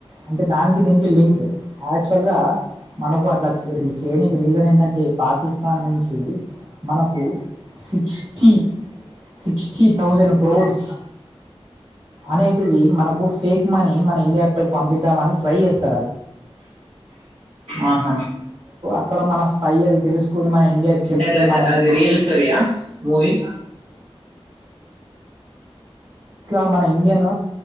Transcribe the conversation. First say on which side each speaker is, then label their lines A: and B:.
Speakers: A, on the right; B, on the right.
A: అంటే దానికి దీనికి లింక్ యాక్చువల్ గా మనకు అట్లా చేయి చేయనికి రీజన్ ఏంటంటే పాకిస్తాన్ నుంచి మనకు సిక్స్టీ సిక్స్టీ థౌజండ్ క్రోడ్స్ అనేటిది మనకు ఫేక్ మనీ మన ఇండియాలోకి పంపిద్దామని ట్రై చేస్త్
B: ఆహ
A: ఇక్కడ మన స్పై ఎ తెలుసు ని మన ఇండియాకి
B: అంటే
A: చెప్తే
B: అట్లా
A: మనయి
B: అది రియల్ స్టోరీయా మూవీ
A: ఓ ఇండియన్